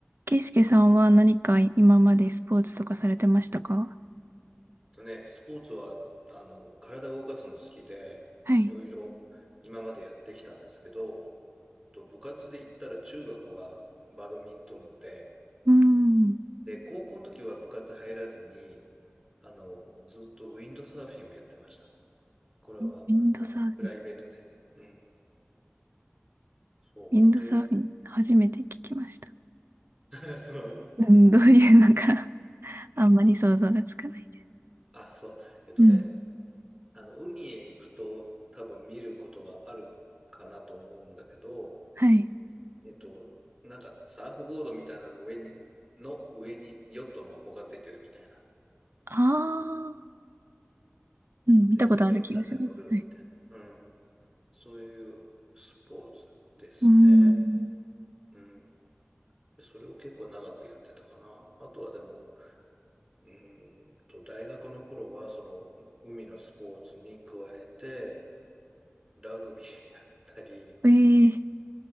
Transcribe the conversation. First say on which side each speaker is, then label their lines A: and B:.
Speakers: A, on the right; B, on the right.
A: ケイスケさんは何か今までスポーツとかされてましたか
B: とね、スポーツは、あの、体を動かすの好きで、
A: はい。
B: いろいろ今までやってきたんですけど、と部活で言ったら中学はバドミントン部で、
A: うーん。
B: で、高校の時は部活入らずに、あの、ずっとウィンドサーフィンをやってました。これは、
A: ウィンドサーフィン。
B: あの、プライベートで。うん。そう。
A: ウィンドサーフィン、
B: で、
A: 初めて聞きました。
B: <laughs> そう。
A: うん、どういうのか <laughs> あんまり想像がつかないです。
B: あ、そう。えっとね、
A: うん。
B: あの、海へ行くと多分見ることがあるかなと思うんだけど、
A: はい。
B: えっと、なんかサーフボードみたいなの上に、の上にヨットの帆がついてるみたいな。
A: ああ、うん、見たことある気がします。
B: で、その上に立って乗るみたいな。
A: はい。
B: うん。そういうスポーツですね。
A: うーん。
B: うん。それを結構長くやってたかな。あとはでも、うーんと、大学の頃はそのう海のスポーツに加えて、ラグビーやったり、
A: ええ